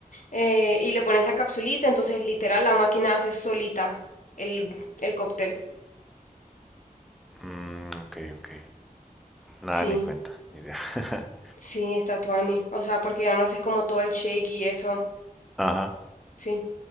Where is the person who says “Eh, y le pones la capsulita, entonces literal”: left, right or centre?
Left